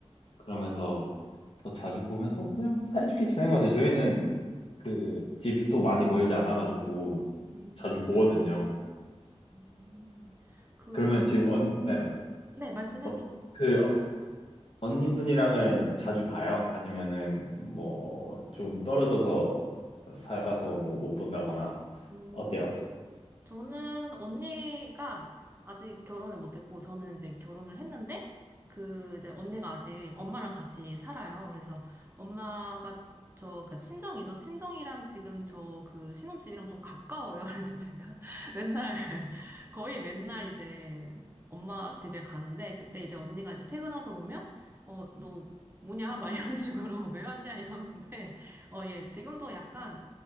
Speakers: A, on the left; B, on the right.
A: 그러면서 더 자주 보면서 그냥 사이좋게 지낸 것 같아요. 저희는 그 집이 또 많이 멀지 않아가지고
B: 음,
A: 자주 보거든요.
B: 음. 그,
A: 그러면
B: 럼
A: 지금 언, 네.
B: 음. 네, 말씀하세요.
A: 어, 그 언니분이랑은 자주 봐요? 아니면은 뭐 좀 떨어져서 살아서 뭐 못 본다거나
B: 음.
A: 어때요?
B: 저는 언니가 아직 결혼을 못했고, 저는 이제 결혼을 했는데, 그, 이제 언니가 아직 엄마랑 같이 살아요. 그래서 엄마가 저, 그, 친정이죠. 친정이랑 지금 저 그 신혼집이랑 좀 가까워요. <laughs> 그래서 제가 <laughs> 맨날, <laughs> 거의 맨날 이제 엄마 집에 가는데, 그때 이제 언니가 이제 퇴근해서 오면, 어, 너 뭐냐? 막 이런 식으로 <laughs> 왜 왔냐? 이러는데, 어, 예, 지금도 약간